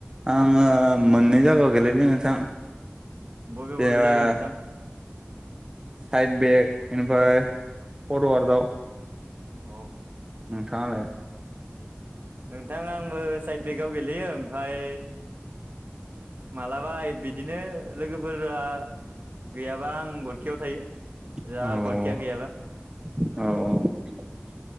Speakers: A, on the right; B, on the right.
A: आङो मोननै जायगायाव गेलेदों नोंथां
B: बबे
A: जेनेबा
B: बबे जायगायाव नोंथां?
A: साइड बेक बेनिफ्राय फरवार्डआव
B: औ।
A: नोंथाङालाय?
B: नोंथां आंबो साइड बेकआव गेलेयो ओमफ्राय मालाबा बिदिनो लोगोफोरा गैयाबा आं बलखेयाव थायो।
A: औ
B: जा गलखिया गैयाबा
A: औ।